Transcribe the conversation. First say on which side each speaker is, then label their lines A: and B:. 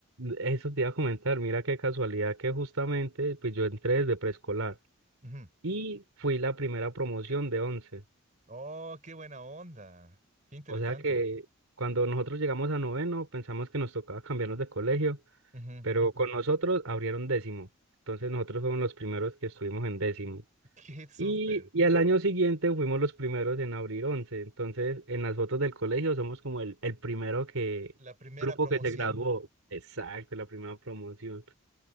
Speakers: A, on the right; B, on the right.
A: Eso te iba a comentar, mira qué casualidad que justamente pues yo entré desde preescolar
B: Ujú.
A: y fui la primera promoción de 11.
B: Oh, qué buena onda. Qué interesante.
A: O sea que cuando nosotros llegamos a noveno pensamos que nos tocaba cambiarnos de colegio,
B: Ujú.
A: pero con nosotros abrieron décimo. Entonces nosotros fuimos los primeros que estuvimos en décimo.
B: Qué súper.
A: Y, y al año siguiente fuimos los primeros en abrir once Entonces, en las fotos del colegio somos como el, el primero que,
B: La primera
A: grupo
B: promoción.
A: que se graduó. Exacto, la primera promoción.